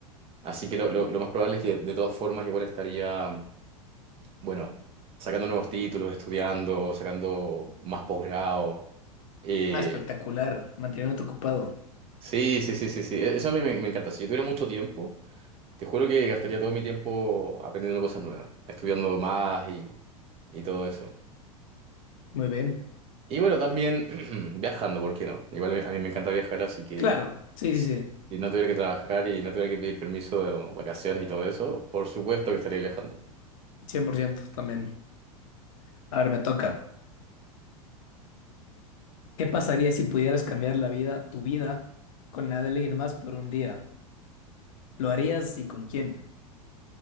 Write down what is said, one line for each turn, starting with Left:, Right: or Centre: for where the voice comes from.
Right: así que lo, lo- lo más probable es que de todas formas igual estaría, bueno, sacando nuevos títulos, estudiando, sacando más posgrado. Eh,
Left: Ah, espectacular, mantenerte ocupado.
Right: sí, sí, sí, sí, sí, E- eso a mí me, me encanta. Si yo tuviera mucho tiempo, te juro que gastaría todo mi tiempo aprendiendo cosas nuevas, estudiando más y, y todo eso.
Left: Muy bien.
Right: Y bueno, también <clears throat> viajando, ¿por qué no? Igual a mí me encanta viajar, así que
Left: Claro, sí,
Right: si
Left: sí, sí.
Right: si no tuviera que trabajar y no tuviera que pedir permiso de vacaciones y todo eso, por supuesto que estaría viajando.
Left: cien por ciento también. A ver, me toca. ¿Qué pasaría si pudieras cambiar la vida, tu vida, con la de alguien más por un día? ¿Lo harías y con quién?